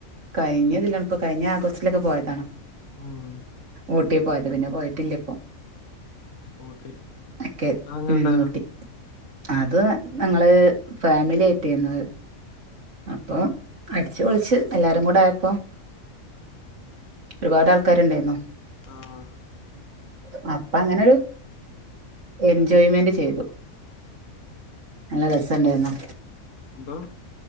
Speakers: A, on the right; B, on the left.
A: കഴിഞ്ഞതില്ലാണ് ഇപ്പൊ കഴിഞ്ഞ ആഗസ്റ്റിലൊക്കെ പോയതാണ്
B: ഉം
A: ഊട്ടി പോയത് പിന്നെ പോയിട്ടില്ലേ ഇപ്പോ
B: ഊട്ടി
A: ഒക്കെ
B: അതെങ്ങനെ
A: ഉം
B: ഉണ്ടായിരുന്നു
A: ഊട്ടി അത് ഞങ്ങള് ഫാമിലി ആയിട്ടാരുന്നു അപ്പൊ അടിച്ച് പൊളിച്ച് എല്ലാരും കൂടെ ആയപ്പോ ഒരുപാട് ആൾക്കാരുണ്ടായിരുന്നു
B: ആഹ്
A: അപ്പൊ അങ്ങനൊരു എൻജോയ്മെന്റ് ചെയ്തു നല്ല രസുണ്ടായിരുന്നു
B: എന്തോ